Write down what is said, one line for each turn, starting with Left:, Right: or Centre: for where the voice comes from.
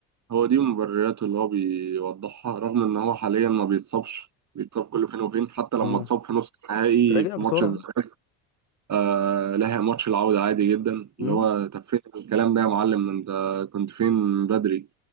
Right: هو دي مبرراته اللي هو بيوضحها رغم ان هو حاليا ما بيتصابش بيتصاب كل فين وفين حتى لما
Left: كده
Right: اتصاب في نص النهائي
Left: رجع
Right: في
Left: بسرعة
Right: ماتش الزمالك آه لها ماتش العودة عادي جدا
Left: امم
Right: اللي هو طب فين الكلام ده يا معلم انت كنت فين من بدري